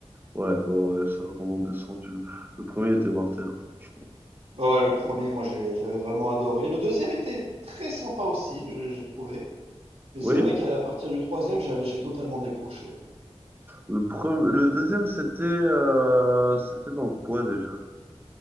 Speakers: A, on the right; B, on the right.
A: Ouais, ouais, ouais, ça a vraiment descendu. Le premier était mortel, hein, franchement.
B: Ouais, ouais, le premier, moi j'ai- j'avais vraiment adoré. Le deuxième était très sympa aussi, j'ai j'ai trouvé. Mais
A: Oui.
B: c'est vrai qu'à partir du troisième, j'avais, j'ai totalement décroché. hein.
A: Le premier, le deuxième, c'était euh, c'était dans quoi déjà?